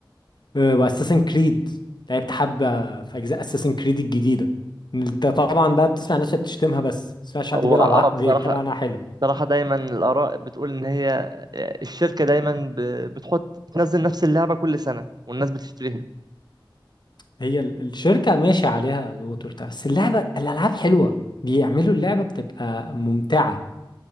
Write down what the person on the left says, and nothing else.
أه، وأساسن كريد لعبت حبة في أجزاء أساسن كريد الجديدة أنت طبعا بقى بتسمع الناس اللي بتشتمها بس ما تسمعش
حد بيلعب
ع-
بيتكلم عنها حلو
هي ال- الشركة ماشية عليها ضغوط وبتاع بس اللعبة الألعاب حلوة بيعملوا اللعبة بتبقى ممتعة